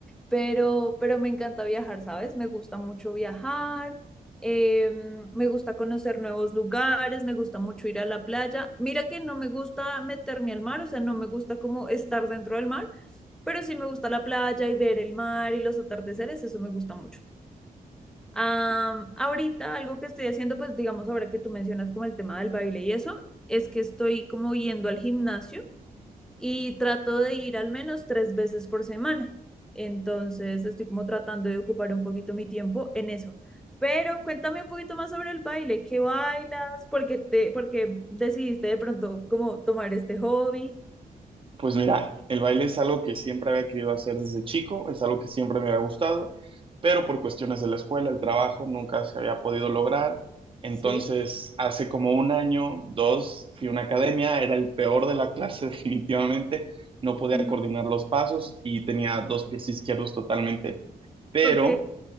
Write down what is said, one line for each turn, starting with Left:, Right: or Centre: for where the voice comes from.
Centre: pero, pero me encanta viajar, ¿sabes? Me gusta mucho viajar, em, me gusta conocer nuevos lugares, me gusta mucho ir a la playa. Mira que no me gusta meterme al mar, o sea, no me gusta como estar dentro del mar, pero sí me gusta la playa y ver el mar y los atardeceres, eso me gusta mucho. Am, ahorita algo que estoy haciendo, pues digamos ahora que tú mencionas como el tema del baile y eso, es que estoy como yendo al gimnasio y trato de ir al menos tres veces por semana. Entonces estoy como tratando de ocupar un poquito mi tiempo en eso. Pero cuéntame un poquito más sobre el baile, ¿qué bailas? ¿Por qué te, por qué decidiste de pronto como tomar este hobby?
Right: Pues mira, el baile es algo que siempre había querido hacer desde chico, es algo que siempre me había gustado, pero por cuestiones de la escuela, el trabajo, nunca se había podido lograr. Entonces,
Centre: Sí.
Right: hace como un año, dos, fui a una academia, era el peor de la clase <laughs> definitivamente, no podía
Centre: Ujú.
Right: coordinar los pasos y tenía dos pies izquierdos totalmente, pero
Centre: Ok.